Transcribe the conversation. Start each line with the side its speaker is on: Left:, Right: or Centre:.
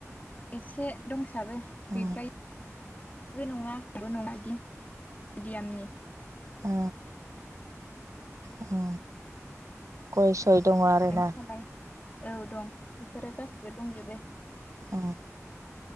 Left: एसे दंसाबो गैद्रायिबो
Right: उम
Left: नङा बो नङा मिदियेमनि
Right: अ अ गयसय दंङ' आरोना
Left: नोंसिनालाय औ दं बेफोरो गासिबो दंजोबो।
Right: अ